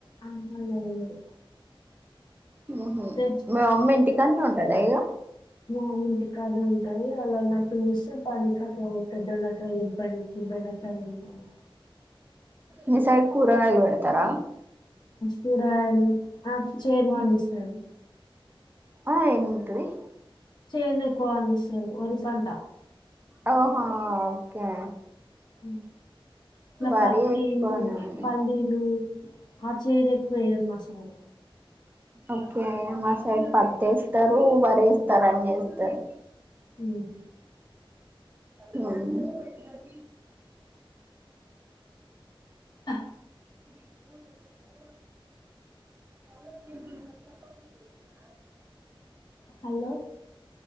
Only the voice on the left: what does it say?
అమ్మ లేలేద్ <inaudible>
మా
అమ్మ ఇంటికాడ్నె ఉం తని వాలన పిలిస్సే పని కట్లా పోతా దొండకాయల పని చిద్ధంగా చనుపని
కూరాయలు ఆప్ చేను వండిస్తరు
చేన్ ఎక్కువ వండిస్తరు వరి పంట
అ నా
పత్తి
పల్లిలు ఆ చేను ఎక్కువ ఎయ్యరు మా సైడు
హ్మ్
హ్హ
హలో